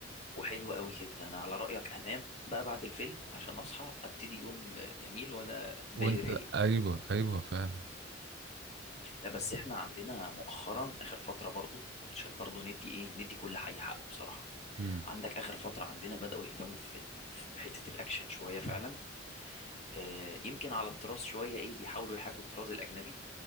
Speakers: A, on the left; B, on the right.
A: وحلو قوي كده انا على رأيك انام بقى بعد الفيلم عشان اصحى ابتدي يوم جميل وانا بالي
B: وانت
A: رايق
B: ايوه ايوه فعلا
A: لا بس احنا عندنا مؤخرا اخر فترة برضو عشان برضو ندي ايه ندي كل حي حقه بصراحة
B: امم
A: عندك اخر فترة عندنا بدأوا يهتموا في في- بحتة الاكشن شوية فعلا آه يمكن على الطراز شوية ايه بيحاولوا يحاكوا الطراز الاجنبي